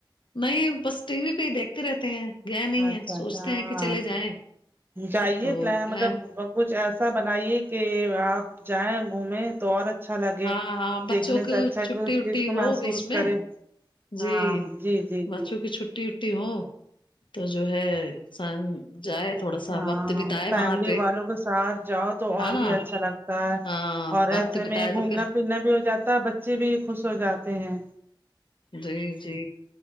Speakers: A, on the left; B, on the right.
A: نہیں بس ٹی وی پہ ہی دیکھتے رہتے ہیں گے نہیں
B: اچھا
A: ہے سوچتے
B: اچھا ہاں
A: ہیں کہ چلے جائیں
B: جائیے
A: تو
B: پلان
A: جو
B: مطلب
A: ہے
B: کچھ ایسا بنائیے کہ آپ جائیں گھومیں تو اور اچھا لگے
A: ہاں ہاں بچوں
B: دیکھنے
A: کی
B: سے اچھا
A: چھٹی
B: کہ اس
A: وٹی
B: چیز کو
A: ہو
B: محسوس
A: بیچ
B: کرے
A: میں جی
B: ہاں جی جی
A: بچو
B: جی
A: ں کو چھٹی وٹی ہو تو جو ہے انسان جائے تھوڑا سا
B: ہاں
A: وقت بتائے
B: فیملی
A: وہاں پہ
B: والوں کے ساتھ جاؤ تو
A: ہے
B: اور
A: نا
B: بھی اچھا لگتا ہے
A: ہاں
B: اور
A: وقت
B: ایسے
A: بتائے
B: میں
A: تو
B: گھومنا
A: پھر
B: پھرنا بھی ہو جاتا ہے بچے بھی خوش ہو جاتے ہیں
A: جی جی